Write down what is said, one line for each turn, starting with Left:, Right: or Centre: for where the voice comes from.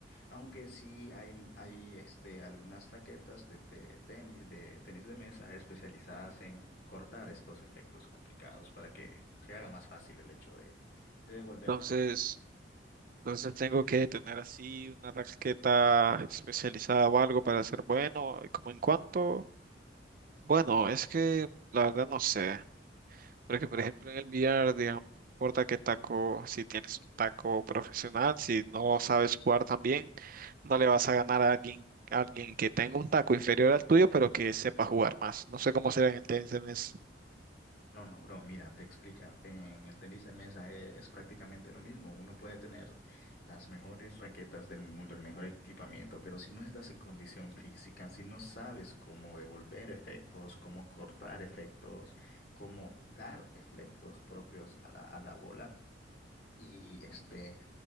Left: aunque sí hay, hay este, algunas raquetas de, de tenis, de tenis de mesa especializadas en cortar estos efectos complicados para que se haga más fácil el hecho de de devolver
Right: Entonces,
Left: la bola.
Right: entonces tengo que tener así una raqueta especializada o algo para ser bueno. ¿Y ¿Cómo en cuánto? Bueno, es que la verdad no sé. Porque, por ejemplo, en el billar, digamos, no importa qué taco, si tienes un taco profesional, si no sabes jugar tan bien, no le vas a ganar a alguien, a alguien que tenga un taco inferior al tuyo, pero que sepa jugar más. No sé cómo será en el tenis. en es-
Left: No, no, bro, mira, te explica. En el tenis de mesa e- es, prácticamente lo mismo. Uno puede tener las mejores raquetas del mundo, el mejor equipamiento, pero si no estás en condición física, si no sabes cómo devolver efectos, cómo cortar efectos, cómo dar efectos propios a la, a la bola, y este,